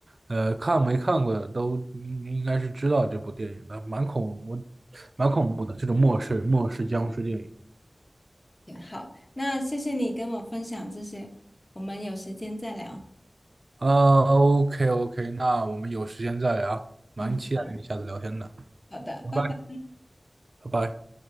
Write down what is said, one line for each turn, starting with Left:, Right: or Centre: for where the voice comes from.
Right: 呃，看没看过的都应应该是知道这部电影的，蛮恐我蛮恐怖的这种末世末世僵尸电影。
Left: 挺好，那谢谢你跟我分享这些，我们有时间再聊。
Right: 啊 o k OK，那我们有时间再聊，蛮期待跟你下次聊天的，
Left: 嗯，好的，好的，
Right: 拜拜，
Left: 拜拜。
Right: 拜拜。